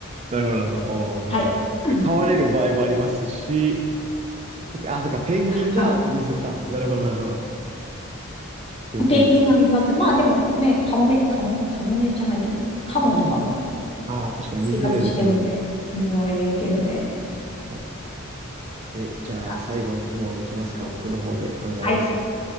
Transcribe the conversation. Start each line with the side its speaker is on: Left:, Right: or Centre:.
Right: なるほど、なるほど。おー、危ない、
Left: はい。
Right: 危ない。
Left: うん
Right: 飼われる場合もありますし、確かにあ、そっか、ペンギンが水か。
Left: はい。
Right: なるほど、なるほど。了解です。
Left: ペンギンが水だって、まあでもね、カモメ、カモ、カモメじゃないけど、カモとかも
Right: うん。ああ、確かに水の上浮いてますね。
Left: 生活してるんで、水の上に浮いてるんで。
Right: 確かにえ、じゃあ、
Left: は、
Right: 最後一問いきますか。僕の方で考えますね。
Left: はい、